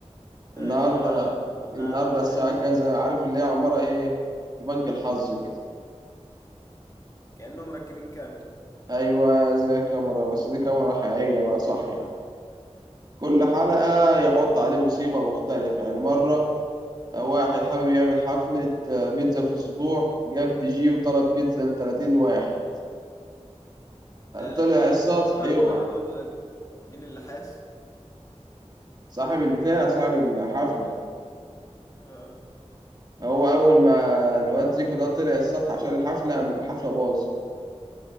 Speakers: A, on the left; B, on the right.
A: ده
B: النهاردة
A: ايه ده
B: النهاردة
A: قاعدة بتراقبهم
B: الساعة كذا عارف اللي هي عمارة إيه في بنك الحظ كده
A: كأنهم مركبين كامل
B: أيوة زي كاميرا بس دي كاميرا حقيقية بقى صاحية كل حلقة يحط عليه مصيبة مختلفة يعني مرة واحد حابب يعمل حفلة بيتزا في سطوح جاب دي جي وطلب بيتزا لتلاتين واحد
A: تلات
B: طلع
A: تلات
B: السطح
A: بعد
B: يقع
A: كل دول لك مين اللي حاس
B: صاحب البتاع صاحب الحفلة
A: آه.
B: هو اول ما الواد زيكو ده طلع السطح عشان الحفله قامت الحفله باظ